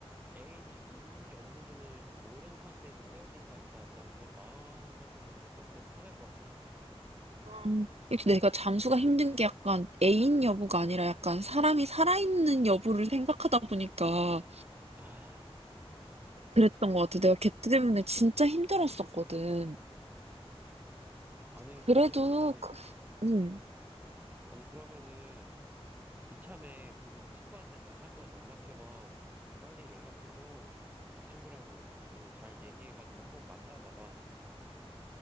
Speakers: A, on the right (about 15°); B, on the right (about 80°).
A: 애인이 있는지 없는지는 모르는 상태에서 헤어지는 거니까, 난 그래, 마음에서는 그게 좀 더 편할 것 같긴 한데.
B: 음, 이렇게 내가 잠수가 힘든 게 약간 애인 여부가 아니라 약간 사람이 살아있는 여부를 생각하다 보니까
A: 아,
B: 그랬던 것 같아. 내가 걔 때문에 진짜 힘들었었거든.
A: 아니,
B: 그래도,
A: 그러면은,
B: 그- 음.
A: 아니, 그러면은, 이참에 그 친구한테 다시 한번 연락해봐. 뭐 빨리 연락해서 그 친구랑 좀 잘 얘기해가지고 한번 만나봐봐.